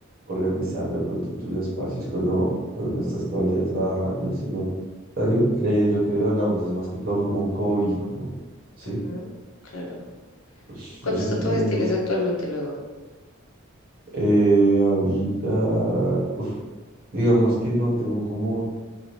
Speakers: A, on the right (about 45°); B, on the left (about 85°).
A: organizar de pronto tus espacios cuando, cuando no estás todo el día trabajando, sino también eh, lo que hoy hablamos es más que todo como un hobby, como, sí,
B: Ujú, claro.
A: pues,
B: ¿Cuántos
A: yo siento
B: tatuajes tienes
A: eso.
B: actualmente luego?
A: Eh, ahorita, uf, digamos que no tengo como